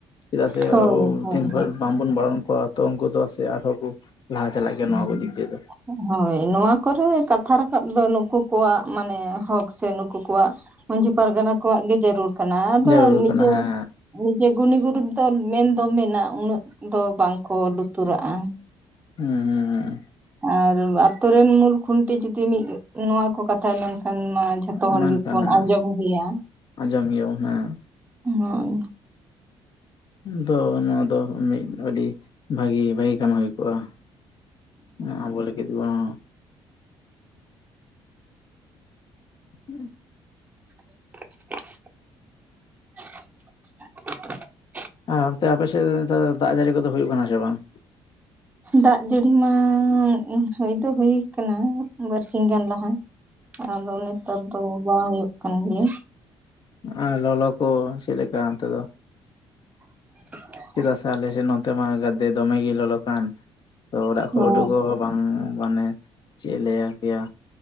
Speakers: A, on the left; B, on the right.
A: ᱪᱮᱫᱟᱜ ᱥᱮ
B: ᱦᱳᱭ ᱦᱳᱭ
A: ᱛᱤᱱ ᱵᱷᱩᱨ ᱵᱟᱝᱵᱚᱱ ᱵᱟᱨᱚᱱ ᱠᱚᱣᱟ ᱛᱚ ᱩᱱᱠᱩ ᱫᱚ ᱥᱮ ᱟᱨᱦᱚᱸ ᱠᱚ ᱞᱟᱦᱟ ᱪᱟᱞᱟᱜ
B: ᱦᱳᱭ
A: ᱜᱮᱭᱟ ᱠᱚ ᱱᱚᱣᱟ ᱠᱚ ᱤᱫᱤ ᱠᱟᱛᱮ ᱫᱚ ᱾
B: ᱦᱳᱭ ᱱᱚᱣᱟ ᱠᱚᱫᱚ ᱠᱟᱛᱷᱟ ᱨᱟᱠᱟᱵ ᱫᱚ ᱱᱩᱠᱩ ᱠᱚᱣᱟᱜ ᱢᱟᱱᱮ ᱦᱚᱠ ᱥᱮ ᱱᱩᱠᱩ ᱠᱚᱣᱟᱜ ᱢᱟᱹᱡᱷᱤ ᱯᱟᱨᱜᱟᱱᱟ ᱠᱚᱣᱟᱜ ᱜᱮ ᱡᱟᱹᱨᱩᱲ ᱠᱟᱱᱟ, ᱟᱫᱚ
A: ᱡᱟᱹᱨᱩᱲ
B: ᱱᱤᱡᱮ
A: ᱠᱟᱱᱟ ᱦᱮᱸ
B: ᱱᱤᱡᱮ ᱜᱩᱱᱤ ᱜᱩᱨᱩᱤ ᱫᱚ ᱢᱮᱱ ᱫᱚ ᱢᱮᱱᱟ, ᱩᱱᱟᱹᱜ ᱫᱚ ᱵᱟᱝ ᱠᱚ ᱞᱩᱛᱩᱨᱟᱜᱼᱟ ᱾
A: ᱦᱩᱸ ᱦᱩᱸ
B: ᱟᱨ ᱟᱛᱩᱨ ᱨᱮᱱ ᱢᱩᱰᱩᱫ ᱠᱷᱩᱱᱴᱤ ᱡᱩᱫᱤ ᱢᱤᱫ ᱱᱚᱣᱟ ᱠᱚ ᱠᱟᱛᱷᱟᱭ ᱢᱮᱱᱠᱷᱟᱱ ᱡᱩ ᱡᱷᱚᱛᱚ
A: ᱢᱮᱱᱠᱷᱟᱱ
B: ᱦᱚᱲ ᱜᱮᱵᱚᱱ
A: ᱦᱟᱸᱜ
B: ᱟᱸᱡᱚᱢ ᱜᱮᱭᱟ
A: ᱟᱸᱡᱚᱢ ᱜᱮᱭᱟᱵᱚᱱ
B: ᱾
A: ᱦᱟᱸᱜ
B: ᱦᱚᱸ
A: ᱫᱚ ᱱᱚᱣᱟ ᱫᱚ ᱢᱤᱫ ᱟᱹᱰᱤ ᱵᱷᱟᱹᱜᱤ ᱵᱷᱟᱹᱜᱤ ᱠᱟᱹᱢᱤ ᱦᱩᱭ ᱠᱚᱜᱼᱟ ᱾ ᱟᱵᱳ ᱞᱟᱜᱤᱫ ᱫᱚ ᱵᱟᱝ ᱦᱩᱸ
B: <unintelligible>
A: ᱟᱨ ᱚᱱᱛᱮ ᱟᱯᱮ ᱥᱮᱫ ᱫᱟᱜ ᱡᱟᱹᱲᱤ ᱠᱚᱫᱚ ᱦᱩᱭᱩᱜ ᱠᱟᱱᱟ ᱥᱮ ᱵᱟᱝ?
B: ᱫᱟᱜ ᱡᱟᱹᱲᱤ ᱢᱟ ᱦᱩᱭ ᱫᱚ ᱦᱩᱭ ᱠᱟᱱᱟ ᱵᱟᱨᱥᱤᱧ ᱜᱟᱱ ᱞᱟᱦᱟ᱾ ᱟᱫᱚ ᱱᱮᱛᱟᱨ ᱫᱚ ᱵᱟᱝ ᱦᱩᱭᱩᱜ ᱠᱟᱱ ᱜᱮᱭᱟ᱾
A: ᱟᱨ ᱞᱚᱞᱚ ᱠᱚ ᱪᱮᱫ ᱞᱮᱠᱟ ᱚᱱᱛᱮ ᱫᱚ?
B: <unintelligible>
A: ᱪᱮᱫᱟᱜ ᱥᱮ ᱟᱞᱮᱥᱮᱫ ᱱᱚᱛᱮ ᱢᱟ ᱜᱟᱫᱮ ᱫᱚᱢᱮ ᱜᱮ ᱞᱚᱞᱚ ᱠᱟᱱ ᱾ ᱛᱚ ᱚᱲᱟᱜ ᱠᱷᱚᱱ
B: ᱚ
A: ᱩᱰᱩᱠᱚᱜ ᱯᱟᱱ ᱢᱟᱱᱮ ᱪᱮᱫ ᱞᱮ ᱞᱟᱹᱭ ᱟᱯᱮᱭᱟ,